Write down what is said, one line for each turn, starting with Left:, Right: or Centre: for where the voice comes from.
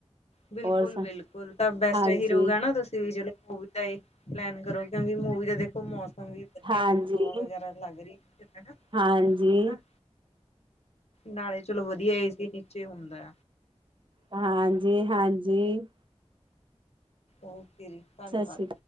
Left: ਬਿਲਕੁਲ ਬਿਲਕੁਲ
Right: ਔਰ
Left: ਬਿਲਕੁਲ ਤਾਂ ਬੈਸਟ
Right: ਹਾਂਜੀ
Left: ਹੀਰੋ ਗ ਨਾ, ਤੁਸੀਂ ਵੀ ਜਲੋ ਮੂਵੀ ਦਾ ਪਲੈਨ ਕਰੋ ਕਿਉਂਕਿ ਮੂਵੀ ਦਾ ਦੇਖੋ ਮੌ ਵਧਿਆ
Right: ਹਾਂਜੀ
Left: ਹੁਣ ਹਵਾ ਵਗੈਰਾ ਲੱਗ ਰਹੀ, ਹਨ
Right: ਹਾਂਜੀ
Left: ਹੇਨਾ ਨਾਲੇ ਚਲੋ ਵਧੀਆ ਏ ਸੀ ਨੀਚੇ ਹੁੰਦੇ।
Right: ਹਾਂਜੀ, ਹਾਂਜੀ।
Left: ਓਕੇ ਜੀ, ਧੰਨਵਾਦ।
Right: ਸਤਿ ਸ਼੍ਰੀ